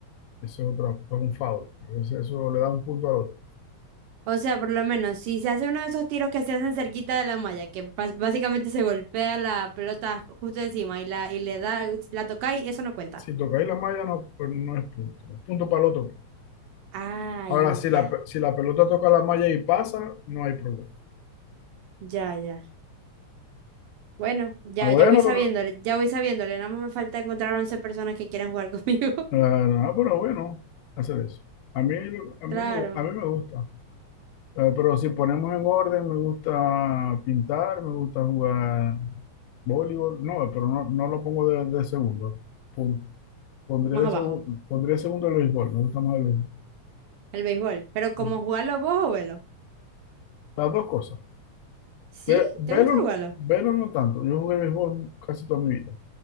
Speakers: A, on the left (about 85°); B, on the right (about 85°).
A: Eso es otro, es un foul. Entonces, eso le da un punto al otro.
B: O sea, por lo menos, si se hace uno de esos tiros que se hacen cerquita de la malla, que bas- básicamente se golpea la pelota ju- justo encima y la y le da, si la toca y eso no cuenta.
A: Si tocáis la malla, no, pues no es punto. Es punto para el otro.
B: Ay,
A: Ahora, si
B: ya,
A: la, si la pelota toca la malla y pasa, no hay problema.
B: ya, ya. Bueno, ya,
A: Ah, bueno,
B: ya voy sabiéndole,
A: pero,
B: ya voy sabiéndole. Nada más me falta encontrar 11 personas que quieran jugar conmigo. <laughs>
A: eh, ah, pero bueno, hacer eso. A mí, a mí,
B: Claro,
A: a mí me gusta. Eh, pero si ponemos en orden, me gusta pintar, me gusta jugar voleibol. No, pero no, no lo pongo de, de segundo. Pon- Pondría
B: más
A: de
B: abajo,
A: segundo, pondría segundo el béisbol. Me gusta más el béisbol.
B: el béisbol. Pero cómo
A: Sí.
B: jugarlo vos o velo.
A: Las dos cosas.
B: ¿Sí?
A: Ve- Velo,
B: ¿Te gusta jugarlo?
A: velo no tanto. Yo jugué béisbol casi toda mi vida.